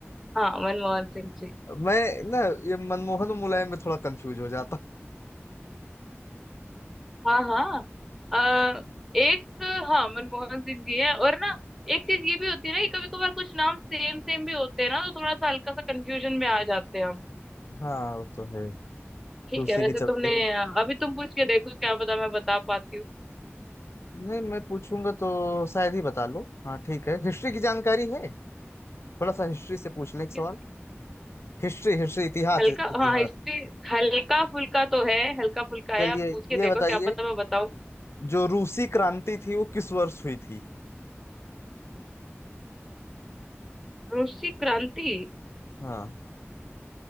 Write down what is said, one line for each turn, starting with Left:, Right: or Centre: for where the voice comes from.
Centre: हाँ मनमोहन सिंह जी
Left: मैं ना ये मनमोहन
Centre: ठीक
Left: और मुलायम
Centre: है।
Left: में थोड़ा कंफ्यूज हो जाता
Centre: हाँ हाँ
Left: हूँ
Centre: अ, एक हाँ मनमोहन सिंह जी है और ना एक चीज ये भी होती है ना कि कभी कभार कुछ नाम सेम सेम भी होते हैं ना तो थोड़ा सा हल्का सा कंफ्यूजन में आ जाते हैं हम
Left: <laughs> हाँ वो तो है
Centre: ठीक
Left: तो उसी
Centre: है वैसे
Left: के चलते
Centre: तुमने अ, अभी तुम पूछ के देखो क्या पता मैं बता पाती
Left: नहीं मैं पूछूंगा तो शायद ही बता लो हाँ ठीक है हिस्ट्री की जानकारी है थोड़ा सा हिस्ट्री से पूछ लें एक सवाल
Centre: हूँ
Left: हिस्ट्री हिस्ट्री इतिहास
Centre: हल्का
Left: इतिहास
Centre: हाँ हिस्ट्री हल्का फुल्का तो है हल्का फुल्का है
Left: चलिए
Centre: आप पूछ के देखो
Left: ये बताइए
Centre: क्या पता मैं बताऊं
Left: जो रूसी क्रांति थी वो किस वर्ष हुई थी
Centre: रूसी क्रांति
Left: हाँ